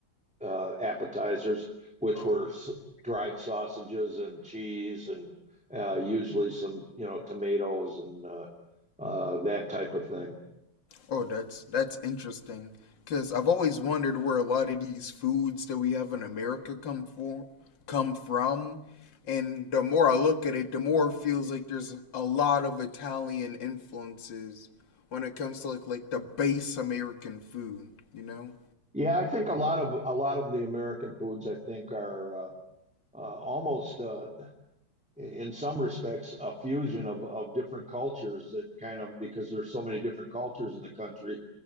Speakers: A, in the centre; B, on the left.
A: uh, uh, appetizers, which
B: Oh,
A: were s-
B: okay.
A: dried sausages and cheese and uh, usually some, you know, tomatoes and uh, uh, that type of thing.
B: oh, that's that's interesting. Cause I've always wondered where a lot of these foods that we have in America come for come from, and the more I look at it, the more it feels like there's a lot of Italian influences when it comes to like like the base American food. You know.
A: Yeah, I think a lot of a lot of the American foods I think are uh, uh, almost uh, in some respects a fusion of of different cultures that kind of because there's so many different cultures in the country